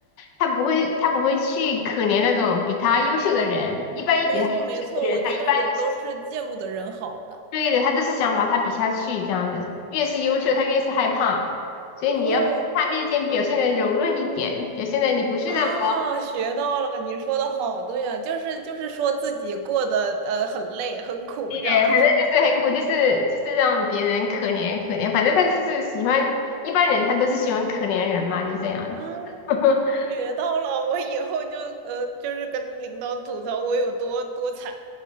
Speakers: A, on the left (about 85°); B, on the right (about 90°).
A: 他不会他不会去可怜那种比他优秀的人，一般比他优秀的人，
B: 没错没错，我觉得人都是见不得人好的。
A: 他一般都是对的，他都是想把他比下去这样子，越是优秀他越是害怕，所以你要在他面前表现的柔弱一点，
B: 对，
A: 表现的你不是那么。
B: 啊，学到了，你说的好对啊，就是就是说自己过得呃很累很苦这样子，
A: 对，反正就是很苦，就是就是让别人可怜可怜，反正他就是喜欢一般人，他都是喜欢可怜人嘛，就这样子。
B: 啊，
A: <laughs>
B: 学到了，我以后就呃就是跟领导吐槽我有多多惨，